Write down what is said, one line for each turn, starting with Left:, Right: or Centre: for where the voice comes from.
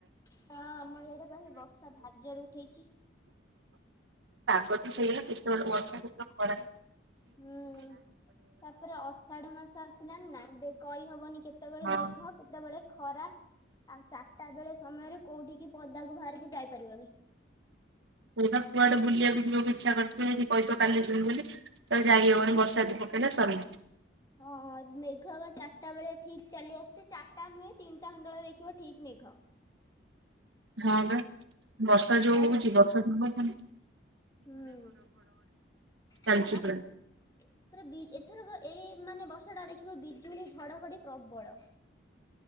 Left: ହଁ ଆମ ଇଆଡେ ବର୍ଷା ଭାରି ଜୋର୍ ରେ ଉଠେଇଛି।
Right: ତାଙ୍କ ତ ସେଇଆ କେତେବେଳେ ବର୍ଷା କେତେବେଳେ ଖରା -
Left: ହୁଁ ତାପରେ ଅଷାଢ ମାସ ଆସିଲାନି ନା ଏବେ କହି ହବନି କେତେବେଳେ
Right: ହଁ
Left: ମେଘ କେତେବେଳେ ଖ ଖରା ଆଉ ଚା ତା ବେଳେ ସମୟରେ କୋଉଠିିକି ପଦ୍ ଦାକୁ ବାହାରିକି ଯାଇପାରିବନି।
Right: କିବା କୁଆଡେ ବୁଲିବାକୁ ଯିବାକୁ ଇଚ୍ଛା କରିଥିବେ ଯ କହିବ କାଲି ଯିବି ବୋଲି ତ ଯାଇହବନି ବର୍ଷା ଯଦି ପକେଇଲେ ସରିିଲା।
Left: ହଁ ହଁ ମେଘ ବା ଚାରିଟା ବେଳେ ଠିକ ଚାଲି ଆସୁଛି ଚାରିଟା ନୁହେଁ ତିନିଟା ଖଣ୍ଡେ ବେଳେ ଦେଖିବ ଠିକ ମେଘ।
Right: ହଁ ବା ବର୍ଷା
Left: ଚାରିଟା
Right: ଯୋଉ
Left: ବେଳେ
Right: ହଉଛି ବର୍ଷା ଦିନରେ
Left: ହୁଁ
Right: ଚାଲିଛି
Left: ହବା
Right: ପୁରା।
Left: ପୁରା ବି ଏତେ ଏଥରକ ଏଇ ମାନେ ବର୍ଷ ଟା ଦେଖିବ ବିଜୁଳି ଘଡଘଡି ପ୍ରବଳ